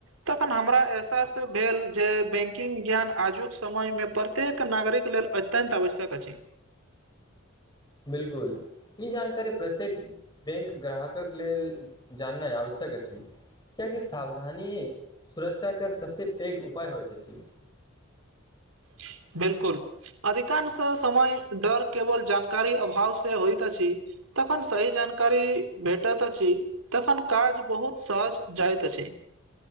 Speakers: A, on the right (about 80°); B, on the left (about 20°).
A: तखन हमरा एहसास भेल जे बैंकिंग ज्ञान आजुक समय मे प प्रत्येक नागरिक लेल अत्यंत आवश्यक अछि
B: बिल्कुल इ जानकारी प्रत्येक बैंक ग्राहकक लेल जाननाइ आवश्यक अछि क्याकि सावधानी सुरक्षा कर सबसँ पैघ उपाय होइत अछी
A: <inaudible> बिल्कुल अधिकांश समय डर केवल जानकारी अभाव से होइत अछि तखन सही जानकारी भेटत अछी तखन काज बहुत सहज जाइत अछी